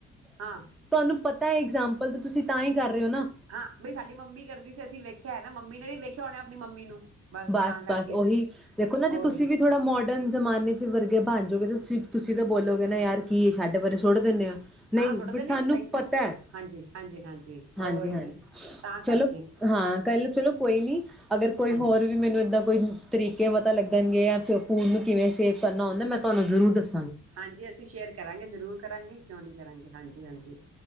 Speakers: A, on the right (about 50°); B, in the centre.
A: ਹਾਂ
B: ਤੁਹਾਨੂੰ ਪ ਤਾਂ ਇਗਜਾਮਪਲ ਤੁਸੀਂ ਤਾਂ ਹੀ ਕਰ ਰਹੇ ਹੋ ਨਾ।
A: ਹਾਂ ਬਈ ਸਾਡੀ ਮੰਮੀ ਕਰਦੀ ਸੀ ਅਸੀਂ ਵੇਖਿਆ ਹਨ ਨਾ ਮੰਮੀ ਨੇ ਵੀ ਵੇਖਿਆ ਹੋ ਆਪਣੀ ਮੰਮੀ ਨੂੰ। ਬਸ
B: ਬਸ-ਬਸ
A: ਤਾਂ ਕਰਕੇ
B: ਉਹੀ ਦੇਖੋ ਨਾ ਜੇ
A: ਉਹੀ
B: ਤੁਸੀਂ ਵੀ ਥੋੜਾ ਮੋਡਰਨ ਜ਼ਮਾਨੇ ਚ ਵਰਗੇ ਬਣ ਜੋਗੇ ਤਾਂ ਤੁਸੀਂ, ਤੁਸੀਂ ਤਾਂ ਬੋਲੋਗੇ ਨਾ ਯਾਰ ਕੀ ਛਡ ਪਰੇ ਸੁਟ ਦਿੰਨੇ ਹਾਂ। ਨਹੀਂ
A: ਹਾਂ ਸੁੱਟ ਦਿੰਦੇ
B: ਬਟ ਸਾਨੂੰ
A: ਸਹੀ ਬਿਲਕੁਲ
B: ਪਤਾ ਹੈ
A: ਹਾਂਜੀ ਹਾਂਜੀ ਹਾਂਜੀ
B: ਹਾਂਜੀ-ਹਾਂਜੀ
A: ਉਹੀ ਨਾ ਤਾਂ ਕਰਕੇ
B: ਚਲੋ ਹਾਂ ਕਲ ਚਲੋ ਕੋਈ ਨੀ ਅਗਰ ਕੋਈ
A: ਹਾਂਜੀ
B: ਹੋਰ ਬਸ ਉਹੀ ਤਰੀਕੇ ਪਤਾ ਲੱਗਣਗੇ ਜਾਂ ਫ ਫੂਡ ਨੂੰ ਕਿਵੇਂ ਸੇਵ ਕਰਨਾ ਹੁੰਦਾ ਮੈਂ ਤੁਹਾਨੂੰ ਜ਼ਰੂਰ ਦੱਸ
A: ਹਾਂਜੀ ਅਸੀਂ ਸ਼ੇਅਰ ਕਰਾਂਗੇ ਜ਼ਰੂਰ ਕਰਾਂਗੇ ਕਿਉਂ ਨੀ। ਕਰਾਂਗੇ ਹਾਂਜੀ-ਹਾਂਜੀ